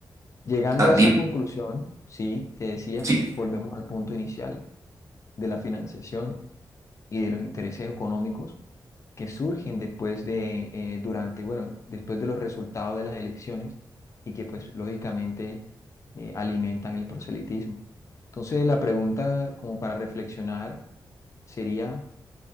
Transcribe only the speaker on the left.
llegando
a esa
conclusión, sí, te decía,
volvemos al punto inicial. de la financiación y de los intereses económicos que surgen después de, eh, durante, bueno, después de los resultados de las elecciones y que pues lógicamente eh, alimentan el proselitismo. Entonces la pregunta como para reflexionar sería,